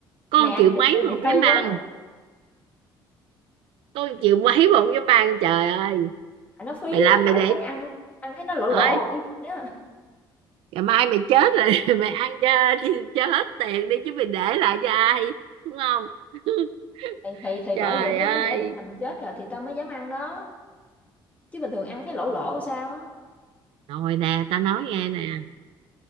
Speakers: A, on the right; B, on the left.
A: con
B: Mày ăn
A: chịu
B: trước
A: mấy
B: đi mày
A: mà không
B: hay
A: dám ăn
B: quá,
A: con chịu mấy mà không dám ăn trời ơi
B: tại nó phí
A: mày
B: á,
A: làm
B: tại
A: mày để
B: thấy ăn ăn thấy nó lỗ lỗ
A: ơi
B: kiểu gì á.
A: ngày mai mày chết rồi <laughs> mày ăn cho cho hết tiền đi chứ mày để lại cho ai đúng không <laughs>
B: Thì thì thì
A: trời
B: bởi vậy mới
A: ơi
B: mới giả định là mình chết rồi thì tao mới dám ăn đó. Chứ bình thường ăn thấy lỗ lỗ sao á.
A: rồi nè ta nói nghe nè